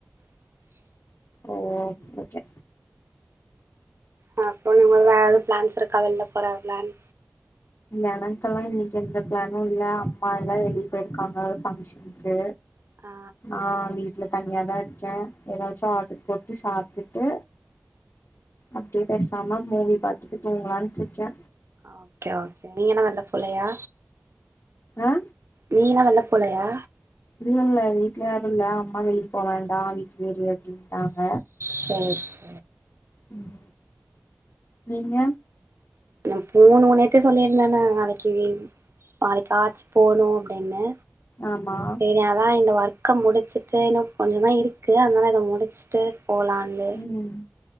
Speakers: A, on the right; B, on the left.
A: <unintelligible>
B: ஓ ஓகே
A: அ அப்புறோ நீங்க வேவது பிளான்ஸ் இருக்கா வெளில போற பிளான்
B: எனக்கெல்லா இன்னைக்கு எந்த பிளானு இல்ல அம்மா எல்லா வெளியே போயிருக்காங்க ஃபங்க்ஷனுக்கு
A: ஆ
B: ஆ வீட்ல தனியாதா இருக்கே எதாச்சோ ஆட்ரு போட்டு சாப்ட்டுட்டு அப்டியே பேசாம மூவி பாத்துட்டு தூங்களா படிச்சே
A: ஓகே ஓகே நீங்க என்ன வெள்ல போலையா
B: ஆ
A: நீளா வெள்ளப் போலயா
B: இல்ல இல்ல வீட்ல யாரு இல்ல அம்மா வெளியிப் போவேண்டா வீட்லியே இரு அப்டின்ட்டாங்க
A: சேர் சே
B: ம் நீங்க
A: நம் போணு நேத்த சொல்லிருந்தேன நாளைக்கி லீவு பாளைக்காச்சு போணு அப்டின்னு
B: ஆமா
A: சேரி அதா இந்த ஒர்க்க முடிச்சிட்டு இன்னு கொஞ்சதா இருக்கு அதனால இத முடிச்சிட்டு போலான்னு
B: ம்